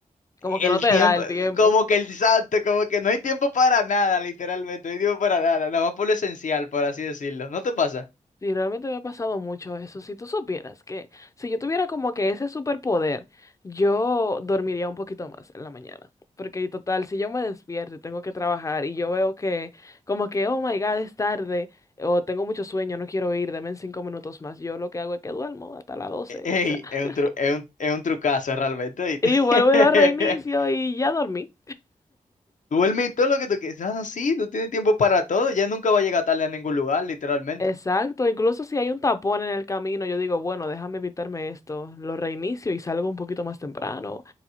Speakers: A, on the left; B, on the left.
A: Como que
B: el
A: no te
B: tiempo,
A: da el tiempo.
B: como que el santo, como que no hay tiempo para nada, literalmente, no hay tiempo para nada, nada más por lo esencial, por así decirlo, ¿no te pasa?
A: Sí, realmente me ha pasado mucho eso. Si tú supieras que si yo tuviera como que ese superpoder, yo dormiría un poquito más en la mañana. Porque y total, si yo me despierto y tengo que trabajar y yo veo que como que, oh my God, es tarde o tengo mucho sueño, no quiero ir, denme cinco minutos más. Yo lo que hago es que duermo hasta las 12
B: E- Ey,
A: quizás.
B: es
A: <laughs>
B: un tru- es un, es un trucazo realmente, ¿oíste?
A: Y vuelvo
B: <laughs>
A: y lo reinicio y ya dormí.
B: Duerme y todo lo que tú quieras. Ah, sí, tú tienes tiempo para todo. Ya nunca va a llegar tarde a ningún lugar, literalmente.
A: Exacto, incluso si hay un tapón en el camino, yo digo, bueno, déjame evitarme esto, lo reinicio y salgo un poquito más temprano